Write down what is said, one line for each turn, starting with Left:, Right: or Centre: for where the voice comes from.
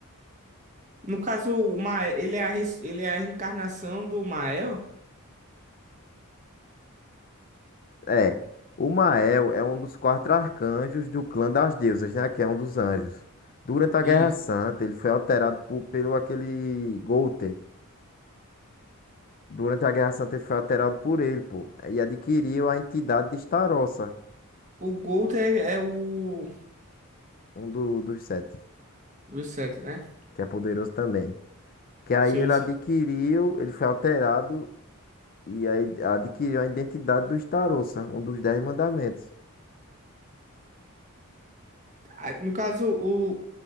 Right: No caso, o Mael, ele é a, res- ele é a reencarnação do Mael.
Left: É, o Mael é um dos quatro arcanjos do clã das deusas, né? Que é um dos anjos. Durante a Guerra
Right: Isso.
Left: Santa, ele foi alterado por, pelo aquele Golter. Durante a Guerra Santa, ele foi alterado por ele, pô. E adquiriu a entidade de Starossa,
Right: O Golter é é o...
Left: um do- dos sete,
Right: dos sete, né?
Left: que é poderoso também. Que aí
Right: Sim,
Left: ele
Right: sim.
Left: adquiriu, ele foi alterado E aí adquiriu a identidade dos tarossa, um dos dez mandamentos.
Right: Ah, No caso, o,